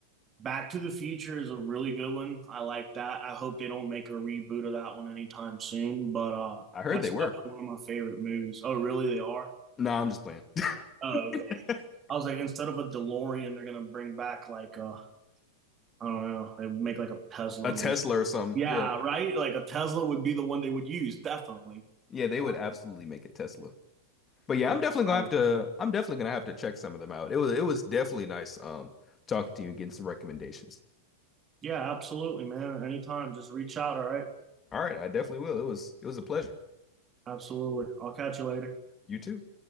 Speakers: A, on the right (about 25°); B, on the left (about 25°).
A: Back to the Future is a really good one. I like that. I hope they don't make a reboot of that one anytime soon, but uh
B: I heard
A: that's
B: they were.
A: definitely one of my favorite movies. Oh, really? They are?
B: No, I'm just playing.
A: Oh, okay.
B: <laughs>
A: I was like, instead of a DeLorean, they're gonna bring back like uh I don't know, they make like a Tesla
B: A Tesla
A: with
B: or something.
A: yeah,
B: Yeah,
A: right? Like a Tesla would be the one they would use, definitely.
B: yeah, they would absolutely
A: Um,
B: make a Tesla. But yeah,
A: but
B: I'm definitely gonna
A: I
B: have
A: would-
B: to. I'm definitely gonna have to check some of them out. It was it was definitely nice um talking to you and getting some recommendations.
A: yeah, absolutely, man. Anytime, just reach out, all right?
B: All right, I definitely will. It was it was a pleasure.
A: Absolutely. I'll catch you later.
B: You too.